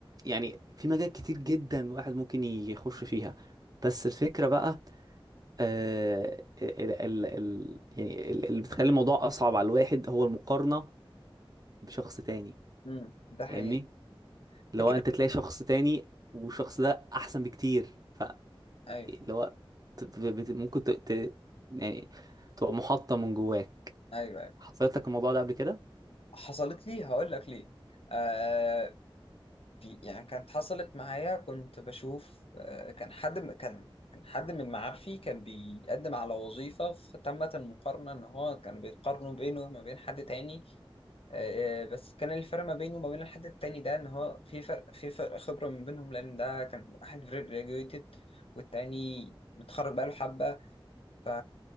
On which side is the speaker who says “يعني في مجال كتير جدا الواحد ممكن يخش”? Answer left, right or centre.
Right